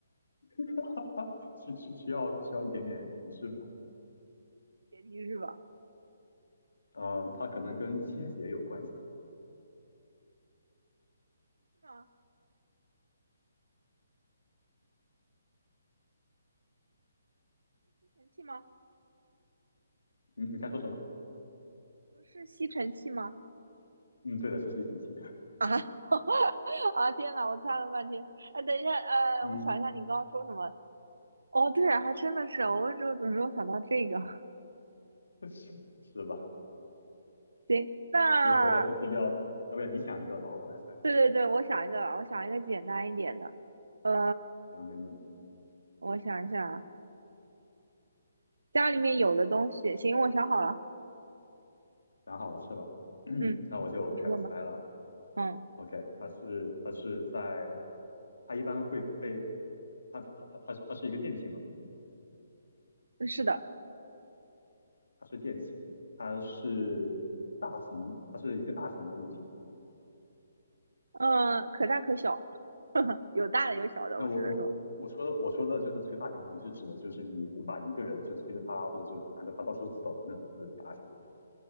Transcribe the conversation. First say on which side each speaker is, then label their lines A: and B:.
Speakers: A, on the left; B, on the right.
A: <laughs> 需需需要需要一点点提示吗？
B: 解题是吧？
A: 嗯、它可能跟清洁有关系。
B: 是吗？吸尘器吗？
A: 嗯，你刚说什么？
B: 不是吸尘器吗？
A: 嗯，对的，是吸尘器。
B: 啊 <laughs> 啊！天呐，我猜了半天。哎，等一下，呃，
A: <laughs> 嗯，
B: 我想一下，你刚刚说什么？哦，对啊，还真的是，我就怎么没有想到这个。<laughs>
A: <laughs> 是是吧？
B: 行，那
A: 如何要要不要要不要你想一个，然后我来猜？
B: 对对对，我想一个吧我想一个简单一点的。呃，
A: 行，没问题。
B: 我想一下啊，家里面有的东西，行，我想好了。
A: 想好了是吧？<coughs> <clears throat>
B: 嗯，
A: 那我就开始猜了。
B: 你问吧。嗯，
A: OK，它是它是在它一般会被它它它它它是它是一个电器嘛？
B: 是的，
A: 它是电器，它是大型，它是一个大型的物体嘛？
B: 呃，可大可小，<laughs> 有大的有小的，
A: 那我我我说的我说的就是这个大型物品是指的就是你无法一个人就推着它或者是拿着它到处走的那种那种大型物品。
B: 我只能说，